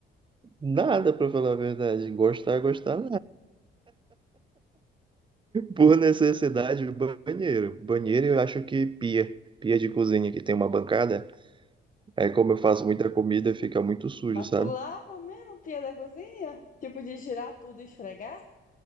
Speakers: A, on the right; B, on the left.
A: Nada, pra falar a verdade. Gostar, gostar, Por necessidade, banheiro. Banheiro eu acho que pia. Pia de cozinha que tem uma bancada. Aí como
B: Ah,
A: eu faço muita comida, fica muito sujo,
B: Mas
A: sabe?
B: tu lava mesmo, a pia da cozinha? Tipo de girar tudo e esfregar?